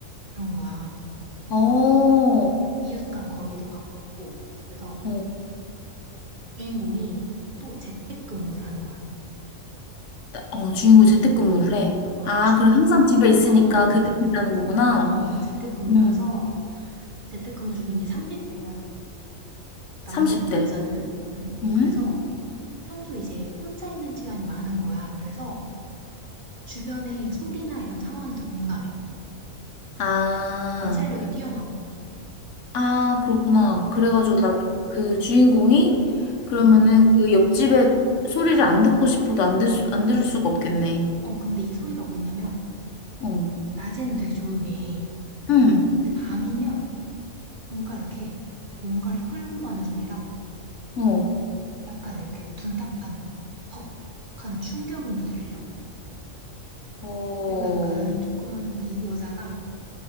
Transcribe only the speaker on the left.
어,
어.
어, 주인공 재택근무를 해.
아,
그럼 항상 집에 있으니까
그게 있다는 거구나.
음,
30대.
음?
아,
아, 그렇구나.
그래가지고
나 그 주인공이 그러면은
그 옆집에 소리를 안 듣고 싶어도 안 들, 수, 안 들을 수가 없겠네.
어,
응,
어,
어,